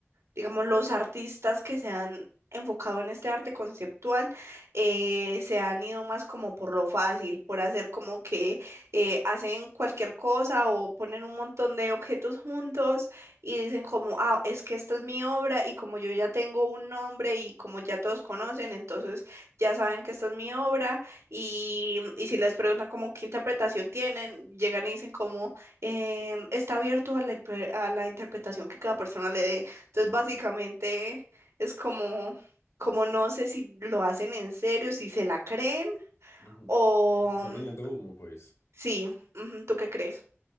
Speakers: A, on the right (about 80°); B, on the left (about 85°).
A: digamos, los artistas que se han enfocado en este arte conceptual eh, se han ido más como por lo fácil, por hacer como que eh, hacen cualquier cosa o ponen un montón de objetos juntos y dicen como, ah, es que esta es mi obra y como yo ya tengo un nombre y como ya todos conocen, entonces ya saben que esta es mi obra y, y si les preguntan como qué interpretación tienen, llegan y dicen como, em, está abierto a la, impre- a la interpretación que cada persona le dé. Entonces,
B: ujú,
A: básicamente es como, como no sé si lo hacen en serio, si se la creen
B: ujú.
A: o
B: O Te están
A: mm,
B: vendiendo humo, pues.
A: sí, ujú, ¿tú qué crees?